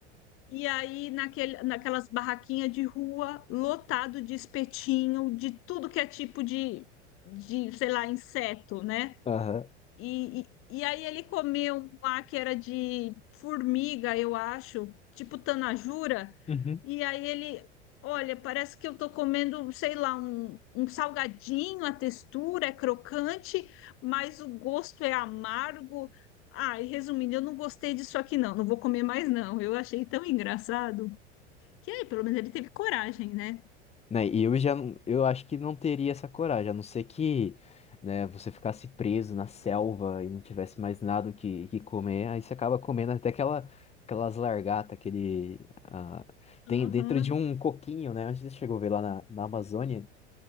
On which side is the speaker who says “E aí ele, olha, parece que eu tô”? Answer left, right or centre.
Left